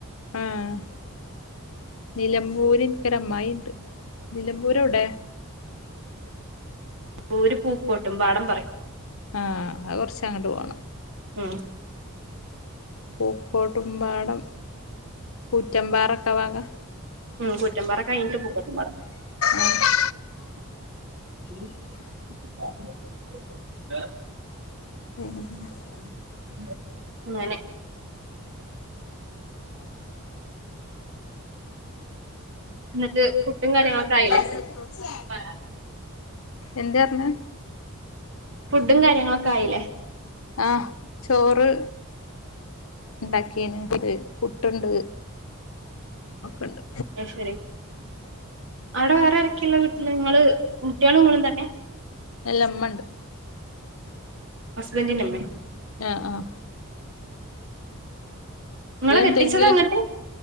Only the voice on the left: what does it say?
ആഹ് നിലമ്പൂര് ഇൻക്ക് ഒരു അമ്മായി ഇണ്ട് നിലമ്പൂര് എവ്ടെ?
ആഹ് അത് കൊർച്ച് അങ്ങട്ട് പോണം
പൂക്കോട്ടുംമ്പാടം പുറ്റംമ്പാറക്കെ ഭാഗാ
ആഹ്
<inaudible>
<unintelligible>
എന്തേ അർഞ്ഞേ
ആഹ് ചോറ് ഉണ്ടാക്കിയന്ത് പുട്ടുണ്ട് ഒക്കെണ്ട്
എല്ലമ്മ ഉണ്ട്
ആഹ് ആഹ്
ഇയ്യ്
എന്തെങ്കിലും